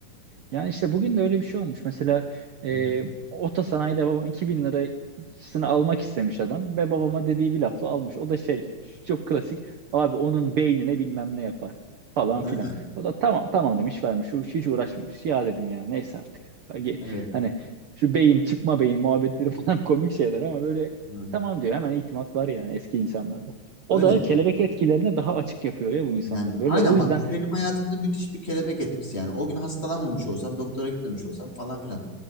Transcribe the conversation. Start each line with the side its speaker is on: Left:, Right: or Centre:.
Right: Yani işte bugün de öyle bir şey olmuş. Mesela e,
Left: Hı hı.
Right: otosanayide babam 2000 lirasını almak istemiş adam ve babama dediği bir lafla almış. O da şey çok klasik abi onun beynine bilmem ne yapar falan
Left: Ha,
Right: filan. O da tamam tamam demiş vermiş. Hiç, hiç uğraşmamış. Ya dedim ya neyse artık. Belki
Left: evet.
Right: Hani şu beyin çıkma beyin muhabbetleri falan <laughs> komik şeyler ama böyle
Left: Hı.
Right: tamam diyor hemen itimat var yani eski insanlarda.
Left: Öyle.
Right: O da kelebek etkilerine daha açık yapıyor ya bu insanları.
Left: Yani
Right: Böyle
Left: aynen
Right: o yüzden
Left: bak bu benim hayatımda müthiş bir kelebek etkisi yani. O gün hastalanmamış olsam, doktora gitmemiş olsam falan filan.